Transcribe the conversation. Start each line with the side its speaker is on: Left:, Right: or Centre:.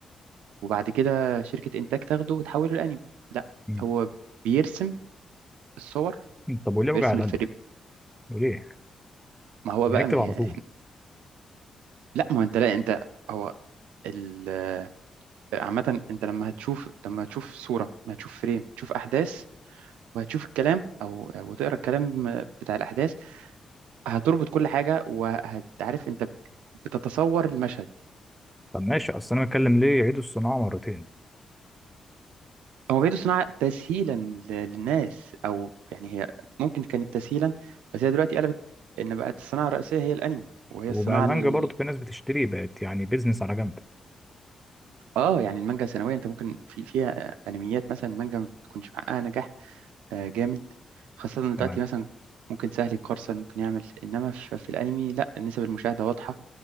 Right: وبعد كده شركة إنتاج تاخده وتحوله لأنمي لا
Centre: م.
Right: هو بيرسم الصور
Centre: طب وليه وجع
Right: بيرسم
Centre: القلب
Right: الفريم
Centre: وليه
Right: ما هو
Centre: هيكتب
Right: بقى ما
Centre: على
Right: هي
Centre: طول
Right: احنا لا ما هو انت لا انت هو ال عامة انت لما هتشوف لما هتشوف صورة ما هتشوف فريم تشوف أحداث وهتشوف الكلام أو وتقرا الكلام بتاع الأحداث هتربط كل حاجة وهتعرف انت بتتصور المشهد
Centre: طب ماشي اصل انا بتكلم ليه يعيدوا الصناعه مرتين
Right: هو بيدو صناعة تسهيلا ل- للناس أو يعني هي ممكن كانت تسهيلا بس هي دلوقتي قلبت إن بقت الصناعة الرئيسية هي الأنمي وهي
Centre: وبقى
Right: الصناعة
Centre: المانجا
Right: ال...
Centre: برضه في ناس بتشتري بقت يعني بيزنس على جنب
Right: آه يعني المانجا سنويا أنت ممكن في فيها أنميات مثلا المانجا ما بتكونش محققة نجاح آه، جامد خاصة إن دلوقتي
Centre: تمام
Right: مثلا ممكن سهل يقرصن ممكن يعمل إنما في, في الأنمي لا نسب المشاهدة واضحة